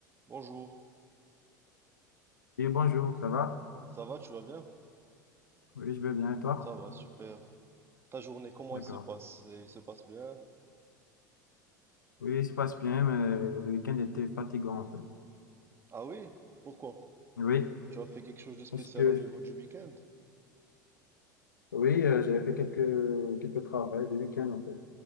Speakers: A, on the right (about 25°); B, on the left (about 70°).
A: Bonjour,
B: Oui, bonjour, ça va?
A: ça va, tu vas bien?
B: Oui, je vais bien, et toi?
A: Ça va, super. Ta journée, comment
B: D'accord.
A: elle se passe? Elle se passe bien?
B: Oui, il se passe bien, mais le week-end était fatigant, en fait.
A: Ah oui? Pourquoi?
B: Oui,
A: Tu as fait quelque chose de spécial
B: parce que,
A: au niveau du week-end?
B: oui, euh, j'avais fait quelques, quelques travaux le week-end, en fait.